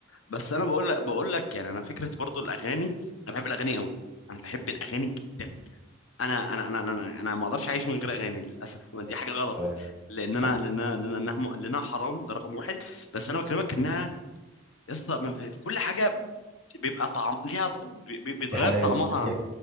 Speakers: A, on the left; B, in the centre.
A: بس انا بقول لك بقول لك يعني انا فكره برضو الاغاني انا بحب الاغاني قوي انا بحب الاغاني جدا انا انا انا انا انا ما اقدرش اعيش من غير اغاني للاسف دي حاجه
B: نفس
A: غلط
B: الكلام
A: لان انا
B: لا،
A: لان أنا- لان انها م- لانها حرام ده رقم واحد بس انا بكلمك انها يسطا ما في- كل حاجه بيبقى طعم ليها ط- بي- بي- بيتغير
B: في حماس
A: طعمها
B: بتدي